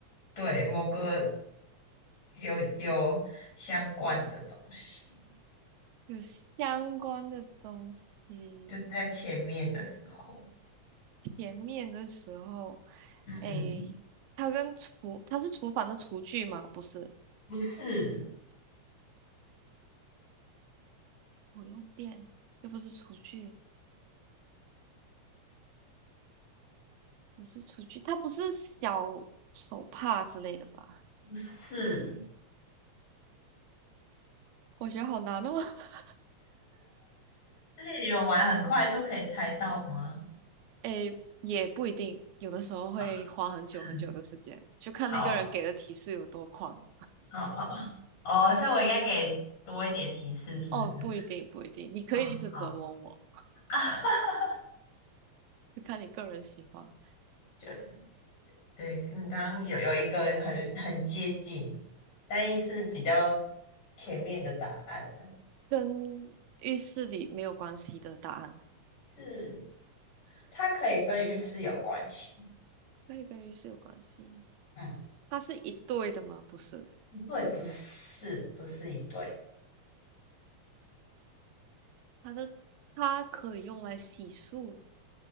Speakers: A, on the left (about 65°); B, on the right (about 75°).
A: 对某个有有相关的东西，
B: 有相关的东西。
A: 就在前面的时候，
B: 前面的时候。
A: 嗯，
B: 诶，它跟厨，它是厨房的厨具吗？不是，
A: 不是
B: 我用电，又不是厨具，不是厨具，它不是小手帕之类的吧？
A: 不是，
B: 我觉得好难哦。<laughs>
A: 而且你们玩很快就可以猜到吗？
B: 诶，也不一定，有的时候会花很久很久的时间，
A: 啊，嗯，
B: 就看那个人给的提示有多狂。
A: 好啊，好啊，哦，所以我应该给多一点提示，是不是？
B: 哦，不一定，不一定，你可以一直折磨我，
A: 啊，好啊，<laughs> 哈哈哈
B: 就看你个人喜欢，
A: 就。对，你刚刚有有一个很很接近，但也是比较前面的答案了，
B: 跟浴室里没有关系的答案，
A: 是它可以跟浴室有关系。
B: 可以跟浴室有关系。
A: 嗯，
B: 它是一对的吗？不是。
A: 对，不是，不是一对，
B: 它的它可以用来洗漱，